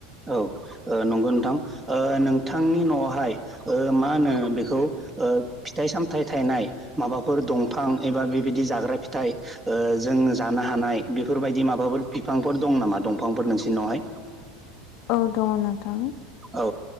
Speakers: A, on the right (about 20°); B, on the left (about 55°).
A: औ नंगौ नोंथां नोंथांनि न'आवहाय मा होनो बेखौ फिथाइ सामथाइ थायनाय माबाफोर दंफां एबा बेबायदि जाग्रा फिथाइ जों जानो हानाय बेफोरबायदि माबाफोर बिफांफोर दं नामा दंफांफोर नोंसोरनावहाय
B: औ दङ नोंथां।
A: औ